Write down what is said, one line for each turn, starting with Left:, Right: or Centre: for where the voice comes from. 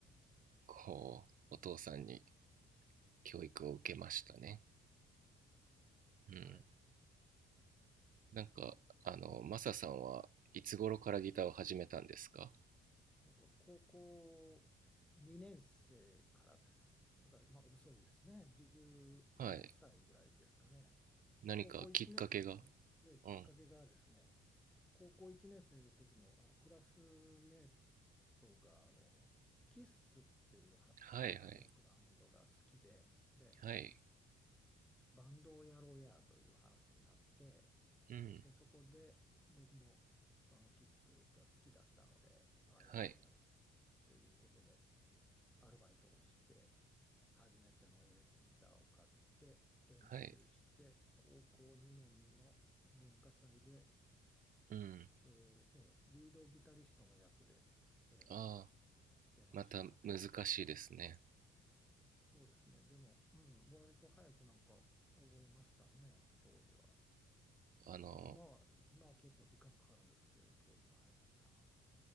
Right: こうお父さんに教育を受けましたね。うん、
Centre: はい。
Right: なんかあのマサさんはいつ頃からギターを始めたんですか
Centre: 僕は高校2年生からです。だからまあ遅いですね。16歳ぐらいですかね。
Right: はい。何かきっかけが
Centre: 高校1年、あええきっかけがですね、
Right: うん。
Centre: 高校1年生の時の、あのクラスメートがあのキッスっていうハ、
Right: はいはい
Centre: ハードロックバンドが好きで、で、
Right: はい。
Centre: バンドをやろうやという話になって、
Right: うん。
Centre: で、そこで僕もそのキスが好きだったので、ああやろうやろう
Right: はい
Centre: っていうことで、アルバイトをして、初めてのエレキギターを買って、練習して、
Right: はい
Centre: 高校2年の文化祭で、
Right: うん。
Centre: えーえーリードギタリストの役で、えー
Right: ああ
Centre: 出ましたね、
Right: また難しいですね。
Centre: 舞台。そうですね、でも、うん、割と早くなんか覚えましたね、当時は。
Right: あの
Centre: うん今は、今は結構時間かかるんですけど、当時は早かったな。